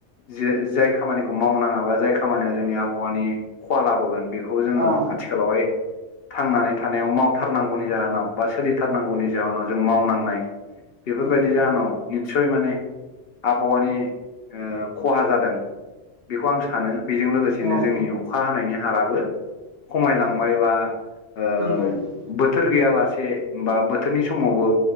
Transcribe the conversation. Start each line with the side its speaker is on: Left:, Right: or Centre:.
Left: जे जाय खामानिखौ मावनाङााबा जाय खामानिया जोंनि आबहावानि खहा लाबोगोन बेखौ जोङो
Right: औ
Left: आथिखालावहाय थांनानै थानायाव मावथारनांगौनि जाहोनाव बा सोलिथारनांगौनि जाहोनाव जों मावनांनाय बेफोरबायदि
Right: नंगौ
Left: जाहोनाव निस्सय माने आबहावानि खहा जादों बेखौ आं सानो बेजों लोगोसेनो
Right: औ
Left: जोंनि अखा हानायनि हाराबो खमायलांबाय बा ओ
Right: नंगौ नंगौ
Left: बोथोर गैयालासे बा बोथोरनि समावबो